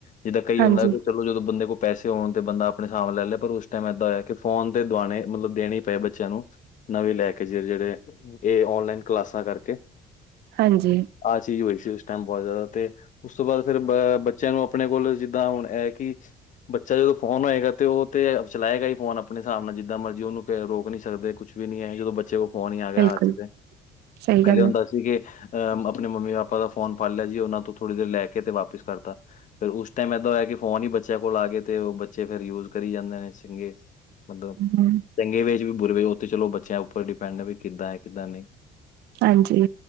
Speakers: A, on the left (about 50°); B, on the right (about 70°).
A: ਜਿੱਦਾਂ ਕਈ
B: ਹਾਂਜੀ,
A: ਹੁੰਦਾ ਚਲੋ ਜਦੋਂ ਬੰਦੇ ਕੋਲ ਪੈਸੇ ਹੋਣ ਤੇ ਬੰਦਾ ਆਪਣੇ ਹਿਸਾਬ ਨਾਲ ਲੈ ਲਏ, ਪਰ ਉਸ ਟਾਈਮ ਏਦਾਂ ਹੋਇਆ ਕਿ ਫੋਨ ਤੇ ਦੀਵਾਣੇ ਮਤਲਬ ਦੇਣੇ ਏ ਬੱਚਿਆਂ ਨੂੰ, ਨਵੇੀਂ ਲੈ ਕੇ ਜ ਜਿਹੜੇ ਇਹ ਔਨਲਾਈਨ ਕਲਾਸਾਂ ਕਰਕੇ
B: ਹਾਂਜੀ।
A: ਆਹ ਚੀਜ਼ ਹੋਈ ਸੀ ਉਸ ਟਾਈਮ ਬਹੁਤ ਜ਼ਿਆਦਾ, ਤੇ ਉਸ ਤੋਂ ਬਾਅਦ ਫਿਰ ਬੱਚਿਆਂ ਨੂੰ ਆਪਣੇ ਕੋਲ ਜਿੱਦਾਂ ਹੁਣ ਇਹ ਕਿ ਬੱਚਾ ਜਦੋਂ ਫੋਨ ਹੋਏਗਾ ਤੇ ਉਹ ਤੇ ਚਲਾਏਗਾ ਹੀ ਫੋਨ ਆਪਣੇ ਹਿਸਾਬ ਨਾਲ ਜਿੱਦਾਂ ਮਰਜ਼ੀ ਉਹਨੂੰ ਰੋਕ ਨਹੀਂ ਸਕਦੇ ਕੁਛ। ਵੀ ਨਹੀਂ ਹੈ ਜਦੋਂ ਬੱਚੇ ਕੋਲ ਫੋਨ ਹੀ ਆ ਗਿਆ,
B: ਬਿਲਕੁਲ
A: ਅੱਜ ਤੇ
B: ਸਹੀ
A: ਪਹਿਲੇ
B: ਗੱਲ
A: ਹੁੰਦਾ
B: ਹੈ,
A: ਸੀ ਕਿ ਅਹ ਆਪਣੇ ਮੰਮੀ ਪਾਪਾ ਦਾ ਫੋਨ ਫੜ ਲਿਆ ਜੀ ਉਹਨਾਂ ਤੋਂ ਥੋੜ੍ਹੀ ਦੇਰ ਲੈ ਕੇ ਤੇ ਵਾਪਿਸ ਕਰਤਾ ਫਿਰ ਉਸ ਟਾਈਮ ਏਦਾਂ ਹੋਇਆ ਕਿ ਫੋਨ ਹੀ ਬੱਚਿਆਂ ਕੋਲ ਆ ਗਏ ਤੇ ਬੱਚੇ ਫੇਰ ਯੂਜ ਕਰੀ ਜਾਂਦੇ ਨੇ ਚ ਮਤਲਬ
B: ਹੂੰ
A: ਚੰਗੇ ਵੇ ਇਹ 'ਚ ਬੁਰੇ ਹੋ ਤੇ ਚਲੋ ਬੱਚਿਆਂ ਉੱਪਰ ਡਿਪੈਂਡ ਹੈ ਵੀ ਕਿੱਦਾਂ ਹੈ ਕਿੱਦਾਂ ਨਹੀਂ।
B: ਹਾਂਜੀ,